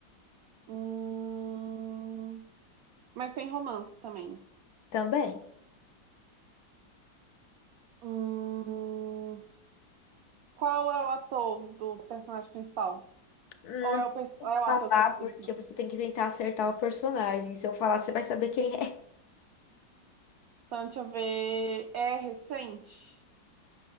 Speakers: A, on the right; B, on the left.
A: Hum, Mas tem romance também.
B: também.
A: Hum, qual é o ator do personagem principal?
B: Não
A: Ou é o, pers- é o ator
B: vou falar
A: que você tá pensando?
B: porque você tem que tentar acertar o personagem. Se eu falar, você vai saber quem é.
A: Então, deixa eu ver. É recente?